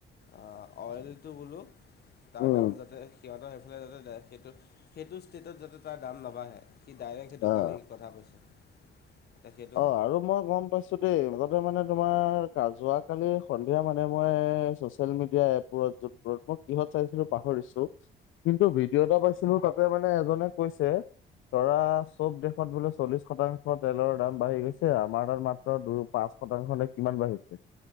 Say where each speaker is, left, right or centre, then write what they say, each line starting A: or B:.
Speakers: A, on the left; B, on the left.
A: অ, অইলটো বোলো তাৰ
B: উম
A: দাম যাতে সিহঁতৰ সেইফালে যাতে দে সেইটো-সেইটো ষ্টেটত যাতে তাৰ দাম নাবাঢ়ে সি ডাইৰেক্ট সেইটো
B: আহ।
A: কালি কথা কৈছোঁ তেতিয়া
B: অ, আৰু মই গম পাইছোঁ দেই মূলতে মানে তোমাৰ যোৱাকালি সন্ধিয়া মানে মই চচিয়েল মিডিয়া এপবোৰত <unintelligible> কিহত চাইছিলো পাহৰিছো কিন্তু ভিডিঅ' এটা পাইছিলো তাত তে মানে এজনে কৈছে ধৰা চব দেশত বোলে চল্লিশ শতাংশ তেলৰ দাম বাঢ়ি গৈছে আমাৰ তাত মাত্ৰ দুই, পাঁচ শতাংশ নে কিমান বাঢ়িছে।